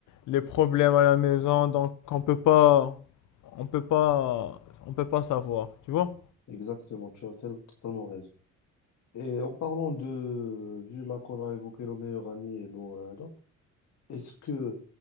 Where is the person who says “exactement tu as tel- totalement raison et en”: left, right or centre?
Left